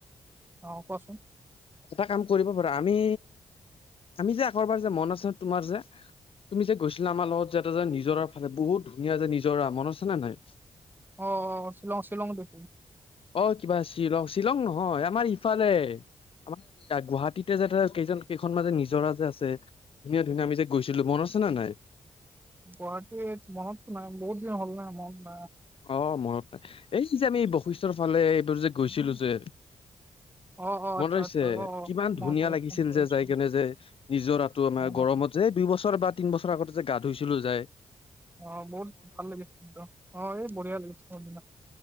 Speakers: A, on the right; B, on the left.
A: অ কোৱাচোন
B: এটা কাম কৰিব পাৰা আমি আমি যে আগৰবাৰ যে মন আছে তোমাৰ যে তুমি যে গৈছিলা আমাৰ লগত যেটা যে নিজৰ ফালে বহুত ধুনীয়া যে নিজৰ মনতো আছেনে নাই?
A: অহ ', শ্বিলং - শ্বিলং দেখো
B: অহ ', কিবা শ্বিলং - শ্বিলং নহয় আমাৰ ইফালে আমাৰ গুৱাহাটীতে যে কেইজন কেইখন মাজে নিজৰা যে আছে ধুনীয়া- ধুনীয়া আমি যে গৈছিলো মন আছে নে নাই?
A: গুৱাহাটীৰ মনত নাই বহুত দিন হ'ল নাই মনত নাই
B: অহ ', মনত এই যে আমি বৈশিষ্টৰ ফালে এইবোৰ যে গৈছিলো যে
A: অ অ আচ্ছা
B: মনত আহিছে
A: আচ্ছা অ অ
B: কিমান
A: মনত
B: ধুনীয়া
A: পৰিছে
B: লাগিছিল
A: মনত পৰিছে
B: যে যাই কেনে যে নিজৰটো আমাৰ
A: অ
B: গৰমত যে দুই বছৰ বাদ তিন বছৰ আগতে যে গাহ ধুইছিলো যায়।
A: অহ ', বহুত ভাল লাগিছে অহ ', এই বঢ়িয়া লাগিছে